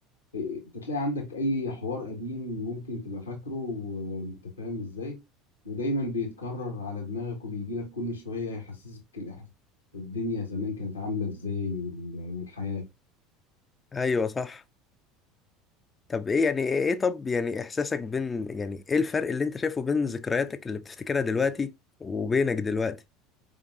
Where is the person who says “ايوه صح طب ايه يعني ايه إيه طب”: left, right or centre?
Left